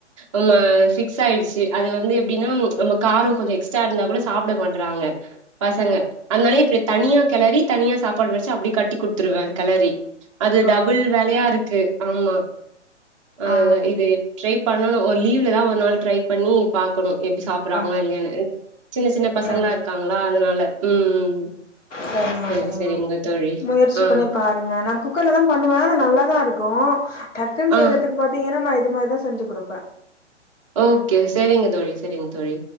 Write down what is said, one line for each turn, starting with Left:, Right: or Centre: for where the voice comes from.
Right: நம்ம ஃபிக்ஸ் ஆயிடுச்சு அது வந்து எப்டின்னா நம்ம காரோ கொஞ்ச எக்ஸ்ட்ரா இருந்தா கூட சாப்ட மாட்றாங்க பசங்க அன்னால இப்ப தனியா கெளரி தனியா சாப்பாடு வச்சு அப்டி கட்டி குட்த்துருவ கெளரி அது
Left: ஓ
Right: டபுள் வேலையா இருக்கு ஆமா அ
Left: ஆ
Right: இது ட்ரை பண்ணணு ஒரு லீவுல தா ஒரு நாள் ட்ரை பண்ணி பாக்கணு எப்டி சாப் ப்புறாங்களா
Left: ஆ
Right: இல்லையானு சின்ன சின்ன பசங்களா
Left: சரி
Right: இருக்காங்களா அதனால ம்
Left: சரிமா
Right: சரி
Left: சரிமா
Right: சரிங்க தோழி
Left: முயற்சி
Right: ஆ
Left: பண்ணிப் பா ங்க நா குக்கர்ல தா பண்ணுவ ஆனா நல்லா தா இருக்கு டக்குன்
Right: ஆ
Left: செய்யறதுக்கு ப த்திங்கனா நா இது மாரி தா செஞ்சு குடுப்ப
Right: ஓகே செரிங்க தோழி செரிங்க தோழி